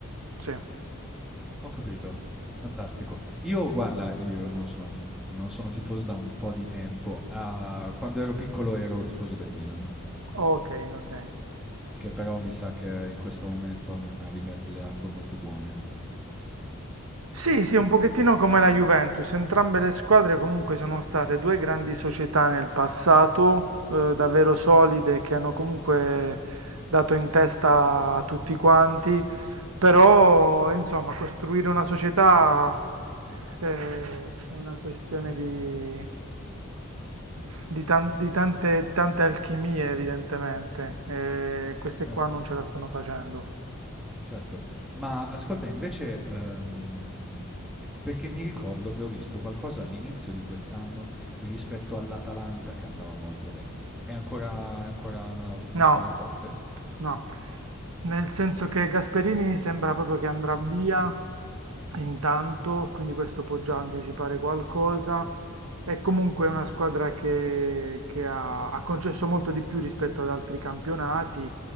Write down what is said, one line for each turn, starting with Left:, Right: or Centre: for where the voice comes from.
Right: Sì.
Centre: Ho capito. Fantastico. Io guarda, io non sono f tu non sono tifoso da un po' di tempo. Ah, quando ero piccolo ero tifoso del Milan,
Right: Ok, ok.
Centre: che però mi sa che in questo momento non naviga delle acque molto buone.
Right: Sì, sì, un pochettino come la Juventus, entrambe le squadre comunque sono state due grandi società nel passato, eh, davvero solide, che hanno comunque dato in testa a tutti quanti, però insomma costruire una società eh, è una questione di, di, tan- di tante, tante alchimie evidentemente, e queste
Centre: C certo,
Right: qua non ce la stanno facendo.
Centre: certo. Ma ascolta invece, ehm, pe perché mi ricordo che ho visto qualcosa all'inizio di quest'anno rispetto all'Atalanta che andava molto bene. È ancora è ancora una una
Right: No,
Centre: squadra forte?
Right: no,
Centre: Mh.
Right: nel senso che Gasperini sembra proprio che andrà via intanto, quindi questo può già anticipare qualcosa. È comunque una squadra che, che ha, ha concesso molto di più rispetto ad altri campionati.